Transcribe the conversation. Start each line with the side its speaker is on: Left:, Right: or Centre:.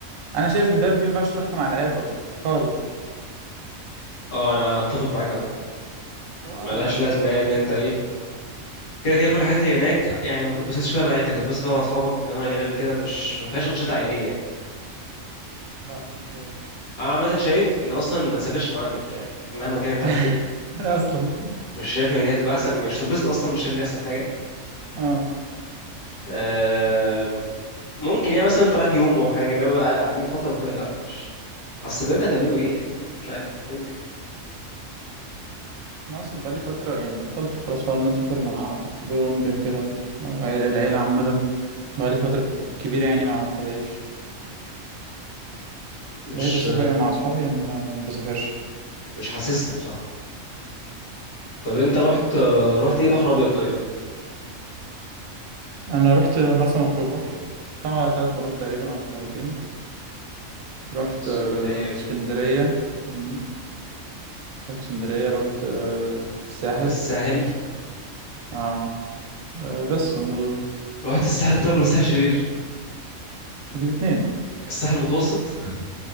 Right: أنا شايف إن دهب دي مينفعش تروحها مع العيلة خالص خالص
Left: اه انا اتفق معاك عامه
Right: اه
Left: ملهاش
Right: ما بقول
Left: لازمه
Right: لك
Left: يعني ان
Right: كل
Left: انت ايه كده كده كل
Right: اه
Left: الحاجات اللي هناك يعني ما تتبسطش فيها مع عيلتك هتتبسط فيها مع اصحابك انما غير كده مش ما فيهاش انشطه عائليه يعني
Right: لا ما فيهاش
Left: انا عامه شايف ان اصلا ما تسافرش مع اهلك يعني مهما كان انت
Right: <laughs>
Left: رايح فين
Right: اصلا
Left: مش شايف ان دي هتبقى احسن يعني مش هتتبسط اصلا مش شايف إن دي احسن حاجه
Right: اه
Left: آم، ممكن يعني مثلا انت رايح يوم او حاجه انما بقى قاعدين فتره وكده لا مش اصل بجد هتعملوا ايه انا فاهم، مش عارف هتعمل ايه
Right: انا اصلا بقالي فتره يعني بطلت خلاص فعلا إن انا اسافر مع ابويا وامي وكده او عيل- العيله عامه بقالي فتره كب- كبيره يعني ما عملتهاش
Left: مش
Right: بقيت اسافر يا مع اصحابي يا ما ما بسافرش
Left: مش حاسسها بصراحه طب انت رحت رحت ايه بحر ابيض طيب
Right: انا رحت مرسى مطروح طبعا ثلاث مرات تقريبا او مرتين رحت
Left: اسكندريه
Right: آه،
Left: اكيد
Right: اسكندريه مم. رحت اسكندريه رحت آه، الساحل
Left: رحت الساحل
Right: اه آه، بس هم دول
Left: رحت الساحل الطيب ولا الساحل الشرير
Right: الاثنين
Left: الساحل المتوسط